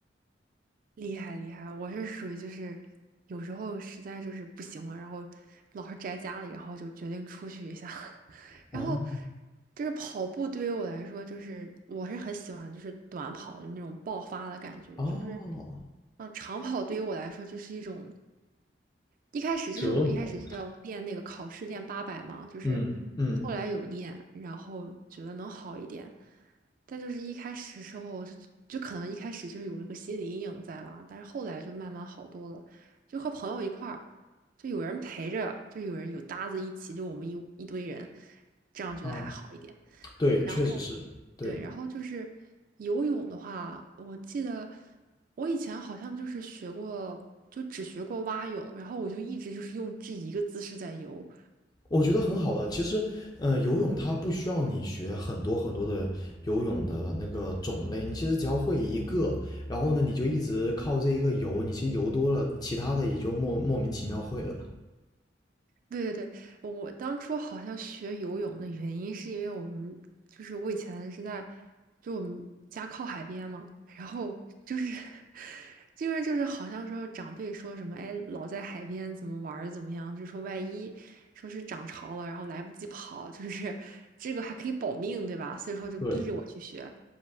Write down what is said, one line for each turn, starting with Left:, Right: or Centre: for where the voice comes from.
Right: 厉害厉害，我是属于就是有时候实在就是不行了，然后老是宅家里，然后就决定出去一下。<laughs> 然后
Left: 哦
Right: 就是跑步对于我来说，就是我是很喜欢就是短跑，就是那种爆发的感觉。
Left: 哦，
Right: 就是嗯，长跑对于我来说就是一种一开始就是我一开始就要练那个考试练八百嘛，
Left: 折磨，
Right: 就是后来有练，
Left: 嗯嗯，
Right: 然后觉得能好一点。但就是一开始时候我就就可能一开始就是有一个心理阴影在吧，但是后来就慢慢好多了，就和朋友一块儿，就有人陪着，就有人有搭子一起，就我们一一堆人，这样觉得还好一点。
Left: 啊，对，
Right: 然后，
Left: 确实是，对，
Right: 对，然后就是游泳的话，我记得我以前好像就是学过，就只学过蛙泳，然后我就一直就是用这一个姿势在游，
Left: 我觉得很好的。其实，呃，游泳它不需要你学很多很多的游泳的那个种类，你其实只要会一个，然后呢，你就一直靠这一个游，你其实游多了，其他的也就莫莫名其妙会了。
Right: 对对对，我当初好像学游泳的原因是因为我们就是我以前是在就我们家靠海边嘛，然后就是 <laughs> 因为就是好像说长辈说什么哎老在海边怎么玩儿怎么样，就说万一说是涨潮了，然后来不及跑，就是 <laughs> 这个还可以保命对吧？所以说就逼着我去学，
Left: 对，